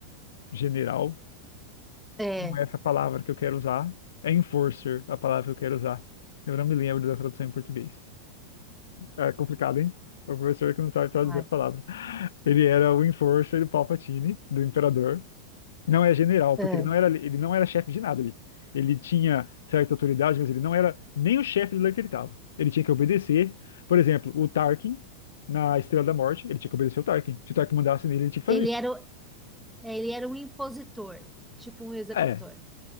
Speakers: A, on the left (about 60°); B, in the centre.
A: general,
B: É,
A: não é essa a palavra que eu quero usar, é enforcer a palavra que eu quero usar. Eu não me lembro da tradução em português. É complicado, hein? O professor que não sabe traduzir
B: mas,
A: a palavra. Ele era o enforcer do Palpatine, do imperador. Não é general, porque
B: é.
A: ele não era, ele não era chefe de nada ali. Ele tinha certa autoridade, mas ele não era nem o chefe do lugar que ele estava. Ele tinha que obedecer. Por exemplo, o Tarkin, na Estrela da Morte, ele tinha que obedecer o Tarkin. Se o Tarkin mandasse nele, ele tinha que
B: Ele
A: fazer.
B: era, o- é, ele era um impositor, tipo um executor.
A: É,